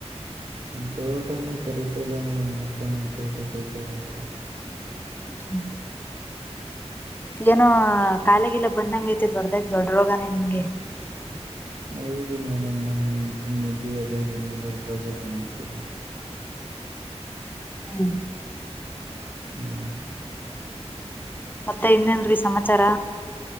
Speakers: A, on the right; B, on the left.
A: ನಮ್ ತೋಟನು ಕರಿತಿಲ್ಲ ಮೇಡಮ್ ಯಾಕೋ ನಮ್ ತೋಟ ಬೇಜಾರ ಆಗ್ಬಿಟ್ಟಿದೆ.
B: ಹ್ಮ ಏನೋ ಕಾಲ ಗಿಲ ಬಂದಂಗ್ ಐತೆ ದೊಡ್ಡದಾಗಿ ದೊಡ್ಡ ರೋಗಾನೇ ನಿಮ್ಗೆ.
A: ಹೌದು ಮೇಡಮ್ ನಮ್ಮ ಹೆಂಡ್ತಿನ ಮೆದೆವಿ ಎದಾಗಿಂದ ದೊಡ್ಡ್ರಾಗ ಬಂದ್ಬಿಟ್ಟಿದೆ.
B: ಹ್ಮ್
A: ಹ್ಮ್
B: ಮತ್ತೆ ಇನ್ನೇನ್ರಿ ಸಮಾಚಾರ.